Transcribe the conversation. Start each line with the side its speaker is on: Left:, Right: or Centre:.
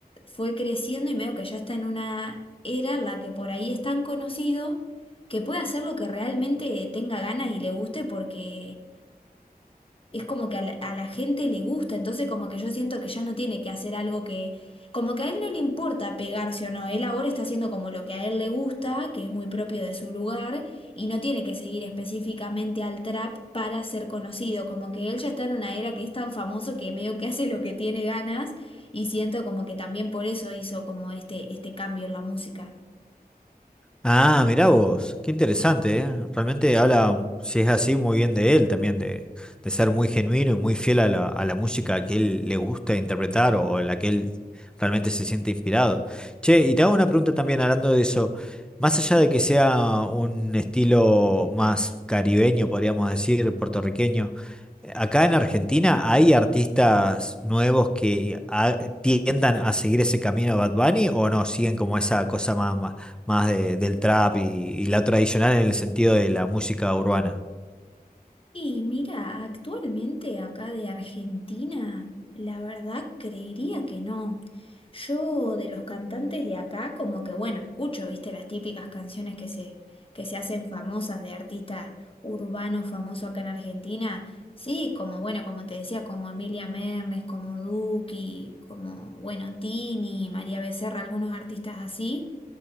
Left: fue creciendo y medio que ya está en una era en la que por ahí es tan conocido que puede hacer lo que realmente tenga ganas y le guste porque es como que a la, a la gente le gusta, entonces como que yo siento que ya no tiene que hacer algo que, como que a él no le importa pegarse o no, él ahora está haciendo como lo que a él le gusta, que es muy propio de su lugar, y no tiene que seguir específicamente al trap para ser conocido, como que él ya está en una era que es tan famoso que medio que hace lo que tiene ganas, y siento como que también por eso hizo como este, este cambio en la música.
Centre: Ah, mirá vos, qué interesante, ¿eh? Realmente habla, si es así, muy bien de él también, de, de ser muy genuino y muy fiel a la, a la música que él le gusta interpretar o en la que él realmente se siente inspirado. Che, y te hago una pregunta también hablando de eso, más allá de que sea un estilo más caribeño, podríamos decir, puertorriqueño. Acá en Argentina hay artistas nuevos que a- tiendan a seguir ese camino de Bad Bunny o no, siguen como esa cosa más, más, más de- del trap y, y la tradicional en el sentido de la música urbana.
Left: Y mira, actualmente acá de Argentina, la verdad creería que no. Yo de los cantantes de acá, como que bueno, escucho, viste, las típicas canciones que se, que se hacen famosas de artista urbano famoso acá en Argentina. Sí, como bueno, como te decía, como Emilia Mernes, como Duki, como bueno, Tini, María Becerra, algunos artistas así.